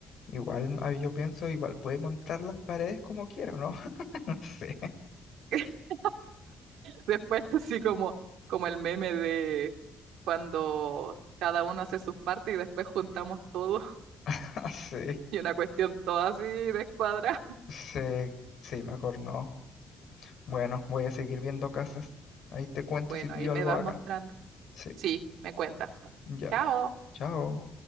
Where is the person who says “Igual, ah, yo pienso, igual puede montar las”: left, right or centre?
Left